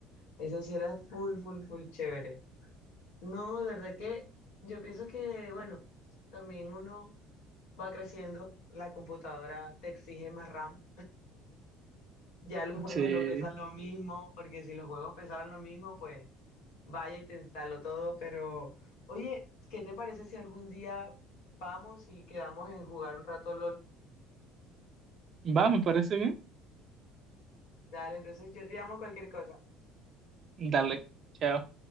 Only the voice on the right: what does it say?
Sí.
Va, me parece bien.
Dale. Chao.